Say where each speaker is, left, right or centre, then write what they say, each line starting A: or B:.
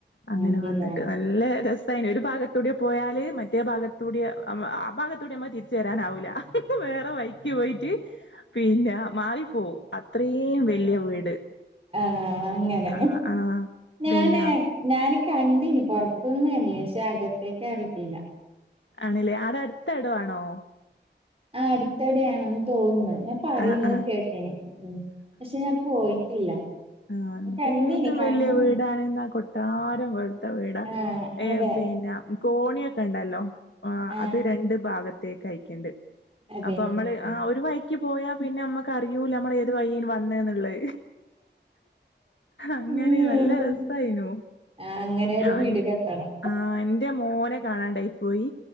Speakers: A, on the left; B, on the right.
A: അങ്ങനെ
B: വണ്ടീലാണ്
A: വന്നിട്ട് നല്ല രസ സയിന് ഒരു ഭാഗത്തൂടെ പോയാല് മറ്റേ ഭാഗത്തൂടെ ആ ഭാഗത്തൂടെ നമ്മ തിരിച്ചുരാനാവൂില്ല വേറെ വൈക്ക് പോയിട്ട് പിന്നെ മാറിപ്പോവും അത്രയും വല്ല്യ വീട്.
B: ആ അങ്ങനെ
A: ആ ആ
B: ഞാന്
A: പിന്നെ
B: ഞാന് കണ്ടീന് പോറത്തുനിന്ന് കണ്ടീന് പശേ അകത്തേക്ക് കയറിയിട്ടില്ല
A: ആണല്ലേ ആടെ അടുത്ത ഇടോ ആണോ
B: ആ അടുത്തിടെയാണന്ന് തോന്നുന്നത് ഞാൻ പറയുന്നത്
A: ആഹ് ആഹ്
B: കേട്ടിന് പക്ഷെ ഞാൻ പോയിട്ടില്ല
A: ആ എന്തേന്തു
B: കണ്ടീനി കണ്ണ്
A: വല്ല്യ വീടണെന്നാ കൊട്ടാരം വീടാ
B: ആ അതെ
A: പിന്നെ കോണിയൊക്കെ ഉണ്ടല്ലോ
B: ആ
A: അത് രണ്ട് ഭാഗ ത്തേക്ക് അയ്ക്കേണ്ട്
B: <unintelligible>
A: അപ്പോ നമ്മള് ആ ഒരു വൈക്ക് പോയാ പിന്നെ നമ്മക്ക് അറിയൂല നമ്മള് ഏത് വൈന് വന്നേന്നുള്ളേ അങ്ങനെ
B: ഉം
A: നല്ല രസായിനു
B: ആ അങ്ങനെ ഒരു
A: ഞാൻ
B: വീട് കെട്ടണം
A: ആ എന്റെ മോനെ കാണാണ്ടായി പോയി